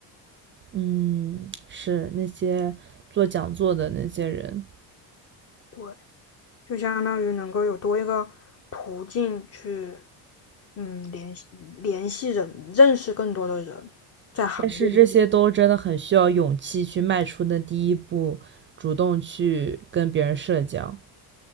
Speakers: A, on the right; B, on the left.
A: 嗯，是那些做讲座的那些人。
B: 对。就相当于能够有多一个途径去，嗯，联系联系人，认识更多的人，在行业里。
A: 但是这些都真的很需要勇气去迈出的第一步，主动去跟别人社交。